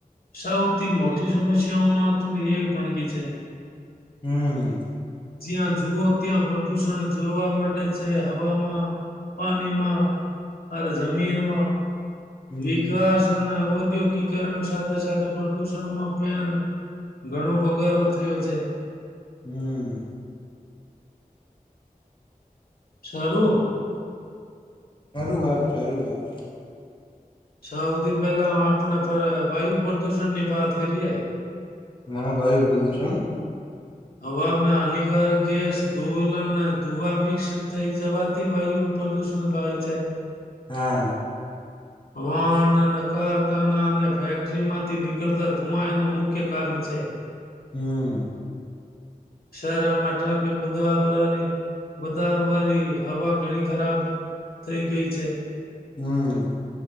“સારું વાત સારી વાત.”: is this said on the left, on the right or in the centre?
Left